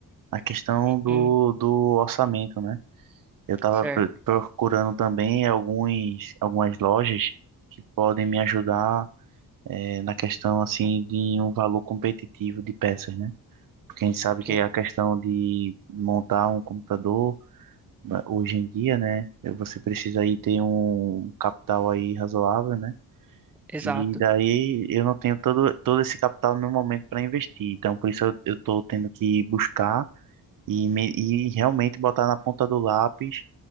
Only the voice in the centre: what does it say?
Hum,
certo,
sim,
exato.